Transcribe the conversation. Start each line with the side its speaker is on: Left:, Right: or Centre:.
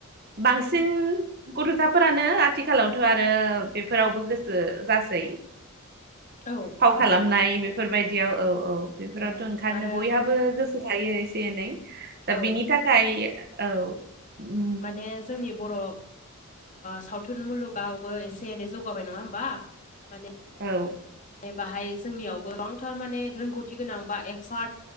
Right: बांसिन गथ'साफोरानो आथिखालावथ' आरो बेफोरावबो गोसो जासै।
Left: औ
Right: फाव
Left: नंगौ
Right: खालाम मनाय बेफोर बादियाव औ औ बेफोराव
Left: उम
Right: ओंखारनोथ'
Left: आरो
Right: बयहा बो गोसो थायो एसे एनै। दा
Left: औ
Right: बिनि थाखाय औ उम
Left: माने जोंनि बर' ओ सावथुन मुलुगावबो एसे एनै जौगाबाय नङा होमबा। माने
Right: औ।
Left: बाहाय जोंनियावबो गोबांथार माने रोंगौथि गोनां बा एक्पार्ट